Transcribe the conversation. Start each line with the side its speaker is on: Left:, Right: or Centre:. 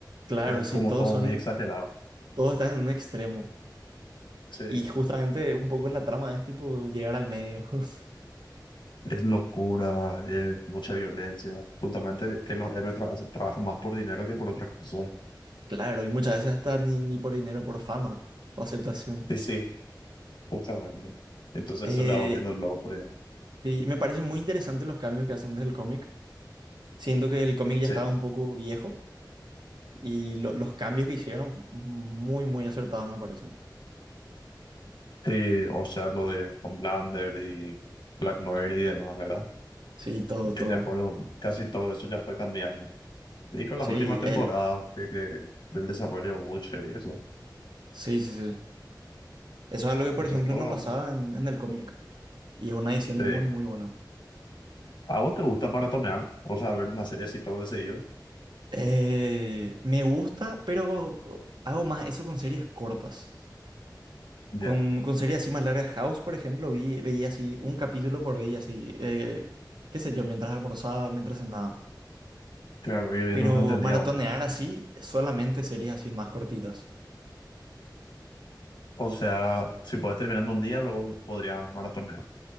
Right: claro,
Left: Es
Right: sí,
Left: como
Right: todos
Left: todo
Right: son,
Left: muy exagerado.
Right: todos están en un extremo.
Left: Sí.
Right: Y justamente un poco la trama es tipo llegar al medio. <laughs>
Left: Es locura, es mucha violencia. Justamente que los héroes tra- trabajan más por dinero que por otras cosas.
Right: Claro, y muchas veces hasta ni, ni por dinero, por fama o aceptación.
Left: Y sí, justamente. Entonces
Right: Eh,
Left: eso le va volviendo loco, digamos.
Right: y me parecen muy interesantes los cambios que hacen desde el cómic. Siento que el cómic ya
Left: Sí.
Right: estaba un poco viejo Y lo- los cambios que hicieron, muy, muy acertados, me parece.
Left: Sí, o sea, lo de Homelander y Black Noir y demás, ¿verdad?
Right: Sí, todo,
Left: Que
Right: todo.
Left: ya fueron, casi todo eso ya fue cambiando. Y con
Right: Sí,
Left: las últimas temporadas
Right: él.
Left: que, que del desarrollo de Butcher y eso.
Right: Sí, sí, sí. Eso es algo que,
Left: O
Right: por
Left: sea,
Right: ejemplo,
Left: todo,
Right: no
Left: las-
Right: pasaba en, en el cómic. Y es una edición
Left: Sí.
Right: muy, muy buena.
Left: ¿A vos te gusta maratonear? O sea, ver una serie así todo de seguido.
Right: Eh, me gusta, pero hago más eso con series cortas.
Left: Ya,
Right: Con, con series así más largas. House, por ejemplo, vi, veía así un capítulo por día, así, eh, qué sé yo, mientras almorzaba o mientras cenaba.
Left: claro, ir viendo
Right: Pero
Left: durante el día
Right: maratonear
Left: uno.
Right: así, solamente series así más cortitas.
Left: O sea, si podés terminar en un día, luego podrías maratonear.